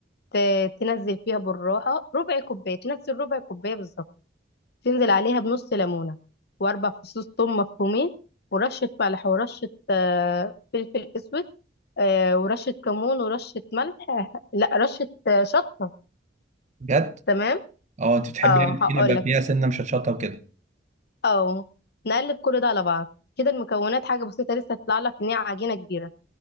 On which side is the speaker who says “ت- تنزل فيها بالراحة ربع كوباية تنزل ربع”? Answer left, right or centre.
Left